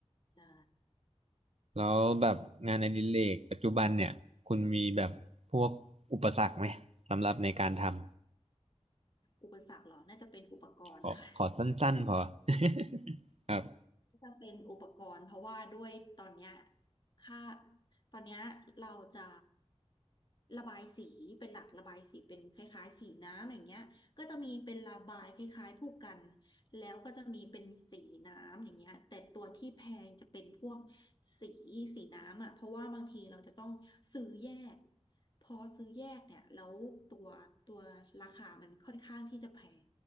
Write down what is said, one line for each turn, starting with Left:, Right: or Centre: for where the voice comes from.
Left: ใช่
Right: แล้วแบบงานอดิเรกปัจจุบันเนี่ยคุณมีแบบพวกอุปสรรคไหมสำหรับในการทำ
Left: อุปสรรคเหรอ น่าจะเป็นอุปกรณ์ค่ะ
Right: ขอขอสั้นๆพอ <laughs> ครับ
Left: จะเป็นอุปกรณ์เพราะว่าด้วยตอนเนี้ยค่าตอนเนี้ยเราจะระบายสีเป็นหลักระบายสีเป็นคล้ายๆสีน้ำอย่างเงี้ยก็จะมีเป็นระบายคล้ายๆผู้กันแล้วก็จะมีเป็นสีน้ำอย่างเงี้ยแต่ตัวที่แพงจะเป็นพวกสีสีน้ำอ่ะเพราะว่าบางทีเราจะต้องซื้อแยกพอซื้อแยกเนี่ยแล้วตัวตัวราคามันค่อนข้างที่จะแพง